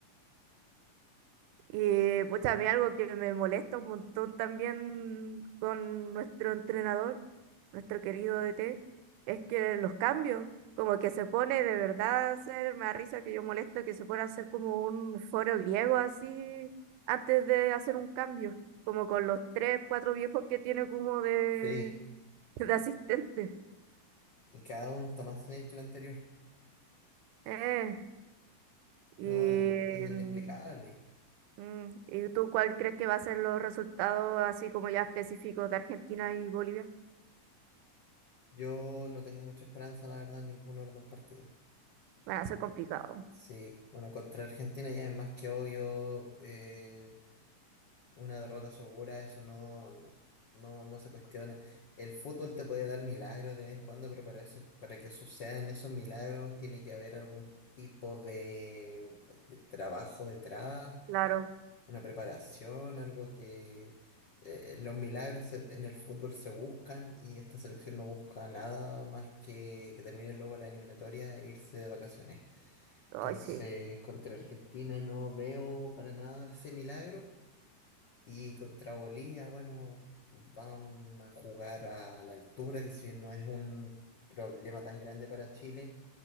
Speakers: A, on the right (about 80°); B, on the left (about 60°).
A: Y pues a mí algo que me molesta un montón también con nuestro entrenador, nuestro querido DT, es que los cambios, como que se pone de verdad a hacer, me da risa que yo molesto que se pone a hacer como un foro griego así antes de hacer un cambio, como con los tres, cuatro viejos que tiene como de,
B: Sí,
A: <laughs> de asistente.
B: y cada uno está más en el que el anterior.
A: Eh, y,
B: No, es es inexplicable.
A: mm, mm, ¿y tú cuál crees que va a ser los resultados así como ya específicos de Argentina y Bolivia?
B: Yo no tengo mucha esperanza, la verdad, en ninguno de los dos partidos.
A: Van a ser complicado.
B: Sí, bueno, contra Argentina ya es más que obvio, eh, una derrota segura, eso no, no, no, no se cuestiona. El fútbol te puede dar milagros de vez en cuando, pero para eso, para que sucedan esos milagros, tiene que haber algún tipo de, de trabajo detrás,
A: Claro.
B: una preparación, algo que eh, los milagros se- en el fútbol se buscan y esta selección no busca nada más que que termine luego la eliminatoria e irse de vacaciones.
A: Ay,
B: Entonces,
A: sí.
B: contra Argentina no veo para nada ese milagro. Y contra Bolivia, bueno, van a jugar a la altura, que si bien no es un problema tan grande para Chile,